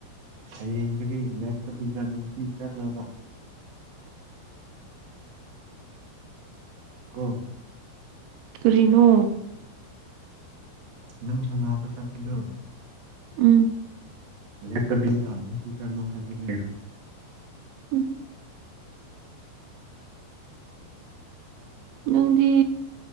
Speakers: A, on the right; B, on the right.
A: ꯍꯥꯌꯦꯡꯗꯒꯤ ꯂꯦꯞꯇꯕꯤꯗ ꯅꯨꯡꯇꯤ ꯆꯠꯂꯣꯀꫭ ꯀꯣ
B: ꯀꯔꯤꯅꯣ
A: ꯅꯪ ꯁꯥꯟꯅꯕ ꯆꯠꯄꯗꯣ
B: ꯎꯝ
A: ꯂꯦꯞꯇꯕꯤꯗ ꯑꯗꯨꯝ ꯆꯠꯂꯣ ꯍꯥꯏꯕꯅꯦ
B: ꯎꯝ ꯅꯪꯗꯤ